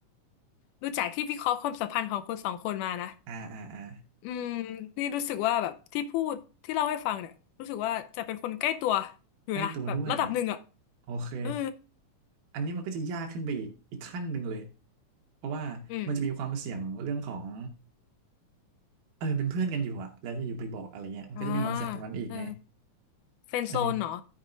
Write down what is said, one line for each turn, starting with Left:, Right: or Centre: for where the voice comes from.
Left: ดูจากที่วิเคราะห์ความสัมพันธ์ของคนสองคนมานะ
Right: อ่าอ่าอ่า
Left: อืมนี่รู้สึกว่าแบบที่พูดที่เล่าให้ฟังเนี่ยรู้สึกว่าจะเป็นคนใกล้ตัวอยู่นะแบบระดับหนึ่งอ่ะ
Right: ใกล้ตัวด้วยโอเค
Left: เออ
Right: อันนี้มันก็จะยากขึ้นไปอีกอีกขั้นหนึ่งเลยเพราะว่ามันจะมีความเสี่ยงเรื่องของ
Left: อืม
Right: เออเป็นเพื่อนกันอยู่อะแล้วอยู่ๆไปบอกอะไรเงี้ยมันก็จะมีความเสี่ยงตรงนั้นอีกไง
Left: อ่าเออเฟรนด์โซนเหรอ
Right: อันนี้